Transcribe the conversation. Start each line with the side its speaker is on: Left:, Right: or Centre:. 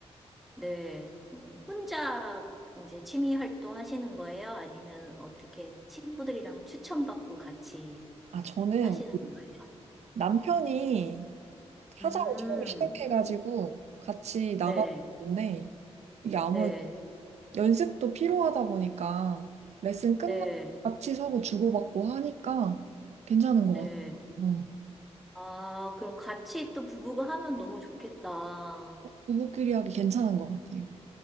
Centre: 네, 음, 혼자 이제 취미 활동 하시는 거예요? 아니면 어떻게 친구들이랑 추천받고 같이
Right: 아, 저는
Centre: 하시는
Right: 그
Centre: 거예요?
Right: 남편이 하자고
Centre: 음,
Right: 처음에 시작해가지고 같이 나가봤는데
Centre: 네,
Right: 이게 아무래도
Centre: 네,
Right: 연습도 필요하다 보니까 레슨 끝나고
Centre: 네,
Right: 같이 서로 주고받고 하니까 괜찮은 것
Centre: 네.
Right: 같아요. 어,
Centre: 아, 그럼 같이 또 부부가 하면 너무 좋겠다.
Right: 부부끼리 하기 괜찮은 것 같아요.